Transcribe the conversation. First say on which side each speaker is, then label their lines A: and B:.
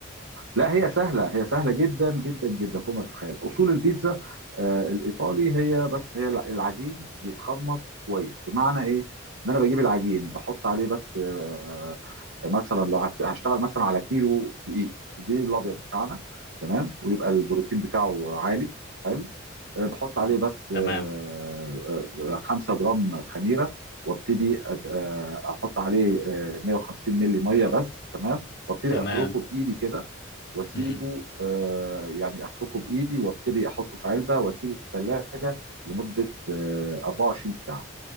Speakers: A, on the right; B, on the left.
A: لا هي سهلة هي سهلة جدا جدا جدا فوق ما تتخيل أصول البيتزا آه، الإيطالي هي بس هي الع- العجين بيتخمر كويس بمعنى إيه؟ إن أنا بجيب العجين بحط عليه بس آه، مثلا لو هت- هشتغل مثلا على كيلو دقيق دي الأبيض بتاعنا تمام ويبقى البروتين بتاعه عالي حلو آه، بحط
B: مم.
A: عليه بس آه،
B: تمام
A: آه، 5 جرام خميرة وابتدي أد- آه، احط عليه آه، 150 ملي ميه بس تمام وابتدي
B: تمام
A: افركه بايدي كده واسيبه
B: مم.
A: آه، يعني افركه بايدي وابتدي احطه في علبه واسيبه في الثلاجه لمده آه، 24 ساعه